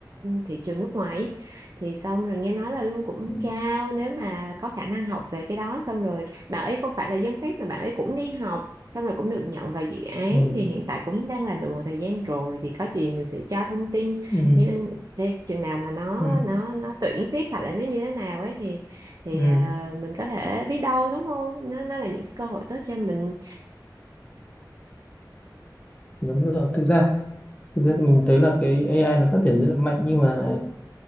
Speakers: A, on the right (about 50°); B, on the left (about 20°).
A: thị trường nước ngoài ấy. thì xong rồi nghe nói là lương cũng
B: ừ.
A: cao nếu mà có khả năng học về cái đó xong rồi bạn ấy không phải là dân tech mà bạn ấy cũng đi học xong rồi cũng được nhận vào dự án
B: Ừ.
A: thì hiện tại cũng đang làm được một thời gian rồi thì có gì mình sẽ cho thông tin
B: Ừ.
A: nhưng để chừng nào mà nó
B: Ừ.
A: nó nó tuyển tiếp hoặc là nó như thế nào ấy thì thì
B: Ừ,
A: à, mình có thể biết đâu đúng không nó nó là những cái cơ hội tốt cho mình
B: đúng rồi. Thực ra, thực ra thì mình thấy là cái AI nó phát triển rất là mạnh nhưng mà